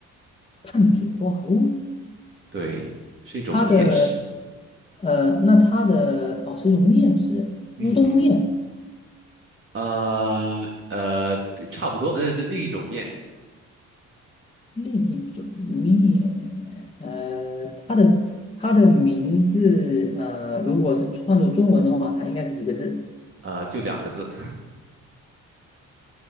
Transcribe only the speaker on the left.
碳水化合物？
它的呃，那它的哦，是一种面食，
乌冬面。
另一种面，呃，它的它的名字，呃，如果是换作中文的话，它应该是几个字？